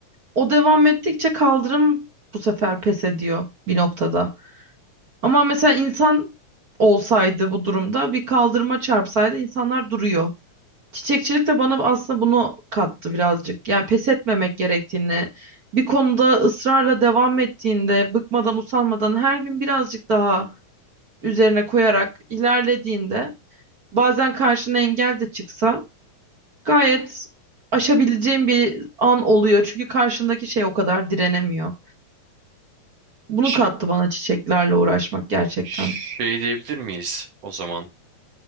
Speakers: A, on the right; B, on the right.
A: O devam ettikçe kaldırım bu sefer pes ediyor bir noktada. Ama mesela insan olsaydı bu durumda bir kaldırıma çarpsaydı insanlar duruyor. Çiçekçilik de bana aslında bunu kattı birazcık. Yani pes etmemek gerektiğini, bir konuda ısrarla devam ettiğinde, bıkmadan, usanmadan her gün birazcık daha üzerine koyarak ilerlediğinde bazen karşına engel de çıksa gayet aşabileceğin bir an oluyor. Çünkü karşındaki şey o kadar direnemiyor. Bunu
B: Şey,
A: kattı bana çiçeklerle uğraşmak gerçekten.
B: şey diyebilir miyiz o zaman?